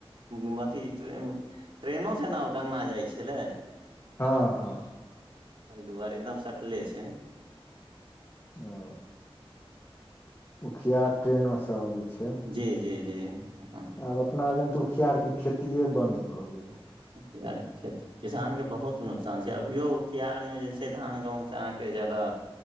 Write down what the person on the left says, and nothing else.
हँ हँ
ओ उखियार ट्रेनोसँ आबै छैय।
आब अपना जन त उखियारके खेतिये बन्द भऽ गेलै।